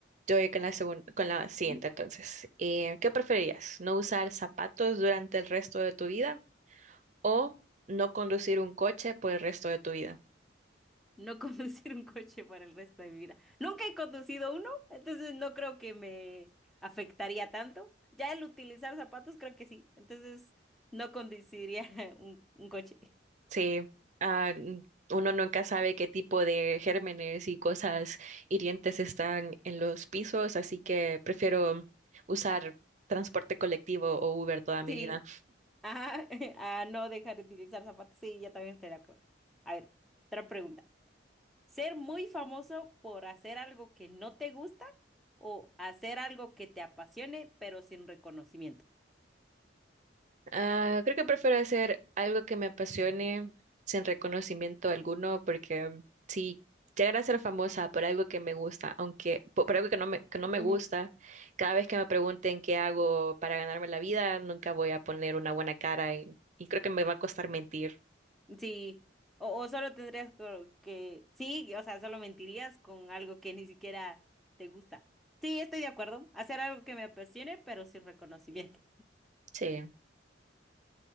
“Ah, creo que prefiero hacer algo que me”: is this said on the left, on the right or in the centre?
Right